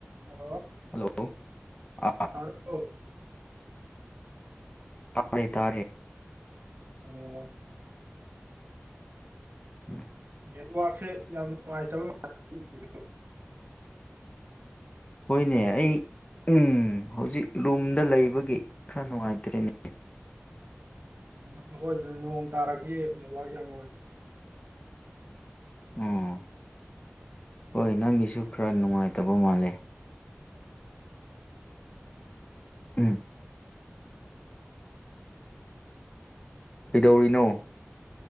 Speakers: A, on the right (about 50°); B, on the left (about 30°).
A: Hello
B: hello ꯑꯥ
A: ꯇꯥꯔꯕꯣ꯫
B: ꯇꯥ ꯇꯥꯔꯦ꯫
A: ꯎꯝ꯫
B: ꯎꯝ
A: ꯅꯦꯠꯋꯥꯛꯛꯁꯦ ꯌꯥꯝ ꯅꯨꯡꯉꯥꯏꯇꯕ <unintelligible>
B: ꯍꯣꯏꯅꯦ ꯑꯩ ꯎꯝ ꯍꯧꯖꯤꯛ ꯔꯨꯝꯗ ꯂꯩꯕꯒꯤ ꯈꯔ ꯅꯨꯡꯉꯥꯏꯇ꯭ꯔꯦꯅꯦ꯫
A: ꯎꯝ ꯑꯩꯈꯣꯏ ꯑꯗꯗ ꯅꯣꯡ ꯇꯥꯔꯗꯤ ꯅꯦꯠꯋꯥꯔꯛ ꯌꯥꯝ ꯅꯨꯡꯉꯥꯏ-
B: ꯎꯝ ꯍꯣꯏ ꯅꯪꯒꯤꯁꯨ ꯈꯔ ꯅꯨꯡꯉꯥꯏꯇꯕ ꯃꯥꯜꯂꯦ꯫ ꯎꯝ꯫ ꯀꯩꯗꯧꯔꯤꯅꯣ꯫